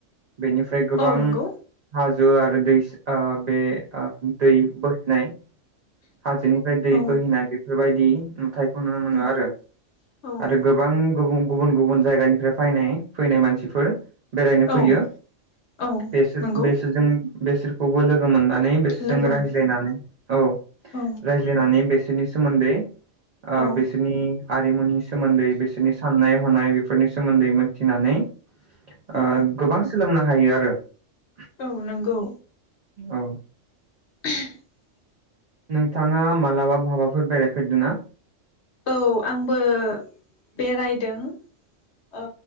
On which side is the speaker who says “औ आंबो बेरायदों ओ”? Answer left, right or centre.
Left